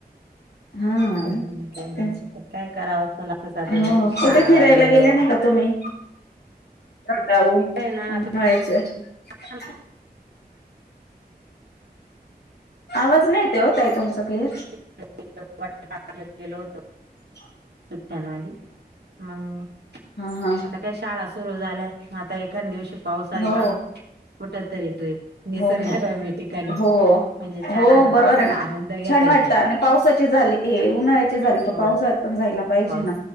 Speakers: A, on the left; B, on the right.
A: हा
B: त्यामुळे काय
A: तेच
B: म्हणायचं काय करावं असं लागतच आता
A: हो
B: त्यांची शाळा
A: कुठे फिरायला
B: मुलं
A: गेले नाही का तुम्ही. जाता हो उन्हाळ्याच.
B: काय ना आता पण
A: ह. आवाज नाहीे येत हे होताई तुमचा क्लियर.
B: <unintelligible> गेलो होतो.
A: अच्छा.
B: सुट्ट्यांमधी मग.
A: हा हा
B: आता काय शाळा सुरू झाल्या आता एखानं दिवशी पावसाळी
A: हो
B: काढू. कुठ तरी ट्रिप निसर्गरम्य
A: हो
B: ठिकाणी
A: हो हो
B: म्हणजे छान
A: हो
B: आता.
A: बरोबर
B: पावसाचा
A: आहे ना
B: आनंद घेता
A: छान
B: येतो
A: वाटतं आणि पावसाची झाली ए उन्हाळ्याची झाली का
B: हो
A: पावसात. पण जायला पाहिजे
B: पाऊस
A: ना.